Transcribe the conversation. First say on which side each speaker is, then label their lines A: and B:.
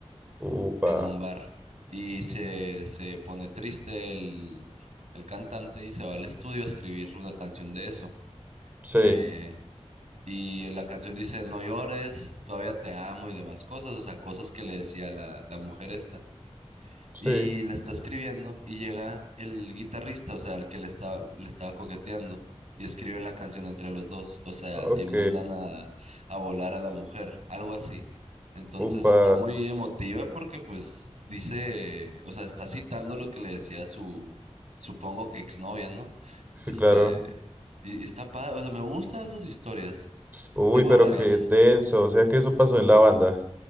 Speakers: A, on the right; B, on the right.
A: upa,
B: en un bar y se, se pone triste el, el cantante y se va al estudio a escribir una canción de eso.
A: sí,
B: Eh, y la canción dice, no llores, todavía te amo y demás cosas, o sea, cosas que le decía la, la mujer esta
A: sí,
B: y la está escribiendo y llega el guitarrista, o sea, el que le estaba, le estaba coqueteando y escriben la canción entre los dos, o sea,
A: ok,
B: y mandan a, a volar a la mujer, algo así. Entonces
A: upa,
B: está muy emotiva porque pues dice, o sea, está citando lo que le decía su, supongo que exnovia, ¿no?
A: sí,
B: Este,
A: claro.
B: y, y está padre, o sea, me gustan esas historias.
A: Uy,
B: Tengo
A: pero
B: varias.
A: qué denso, o sea que eso pasó en la banda.